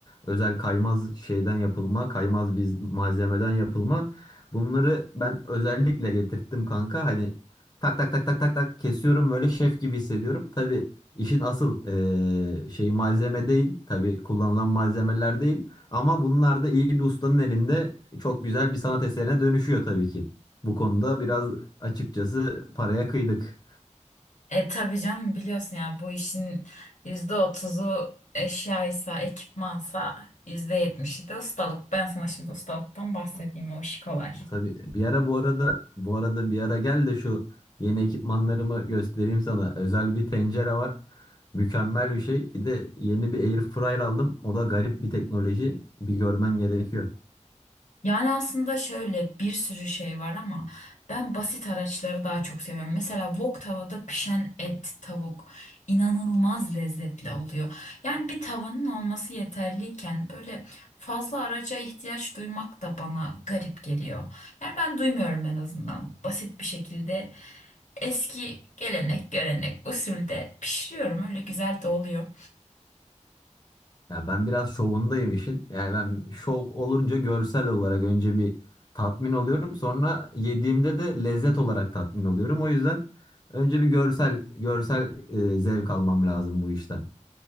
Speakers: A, on the left; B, on the left.
A: özel kaymaz şeyden yapılma, kaymaz bir malzemeden yapılma. Bunları ben özellikle getirttim kanka. Hani tak tak tak tak tak tak kesiyorum böyle şef gibi hissediyorum. Tabii işin asıl eee şeyi malzeme değil. Tabii kullanılan malzemeler değil. Ama bunlar da iyi bir ustanın elinde çok güzel bir sanat eserine dönüşüyor tabii ki. Bu konuda biraz açıkçası paraya kıydık.
B: E tabii canım biliyorsun ya bu işin %30'u eşyaysa, ekipmansa %70'i de ustalık. Ben sana şimdi ustalıktan bahsedeyim o işi kolay.
A: Tabii bir ara bu arada bu arada bir ara gel de şu yeni ekipmanlarımı göstereyim sana. Özel bir tencere var. Mükemmel bir şey. Bir de yeni bir air fryer aldım. O da garip bir teknoloji. Bir görmen gerekiyor.
B: Yani aslında şöyle bir sürü şey var ama ben basit araçları daha çok seviyorum. Mesela wok tavada pişen et, tavuk inanılmaz lezzetli oluyor. Yani bir tavanın olması yeterliyken böyle fazla araca ihtiyaç duymak da bana garip geliyor. Yani ben duymuyorum en azından basit bir şekilde eski gelenek, görenek, usulde pişiriyorum. Öyle güzel de oluyor.
A: Ya ben biraz şovundayım işin. Yani ben şov olunca görsel olarak önce bir tatmin oluyorum. Sonra yediğimde de lezzet olarak tatmin oluyorum. O yüzden önce bir görsel görsel e, zevk almam lazım bu işten.